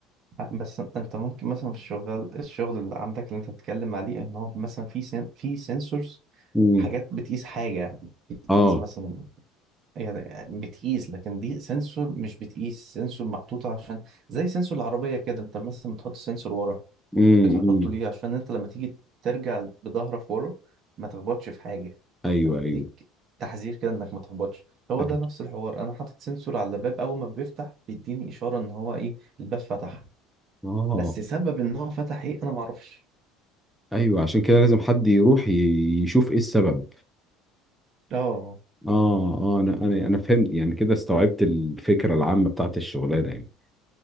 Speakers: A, on the right; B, in the centre.
A: آه بس انت ممكن مثلا في الشغل الشغل اللي عندك اللي انت بتتكلم عليه ان هو مثلا في سن في سنسورز
B: امم
A: حاجات بتقيس حاجة بتقيس
B: اه
A: مثلا يعني آه، بتقيس لكن دي سنسور مش بتقيس سنسور محطوطة عشان زي سنسور العربية كده انت مثلا بتحط سنسور ورا
B: امم
A: بتحطه
B: أمم.
A: ليه عشان انت لما تيجي ترجع بظهرك ورا ما تخبطش في حاجه
B: ايوه
A: فبديك
B: ايوه
A: تحذير كده انك ما تخبطش هو
B: أيوة.
A: ده نفس الحوار انا حاطط سنسور على الباب اول ما بيفتح بيديني اشاره ان هو ايه الباب فتح
B: اه
A: بس سبب ان هو فتح ايه انا ما اعرفش
B: ايوه عشان كده لازم حد يروح ي- يشوف ايه السبب
A: اه
B: اه اه انا انا انا فهمت يعني كده استوعبت الفكره العامه بتاعت الشغلانه يعني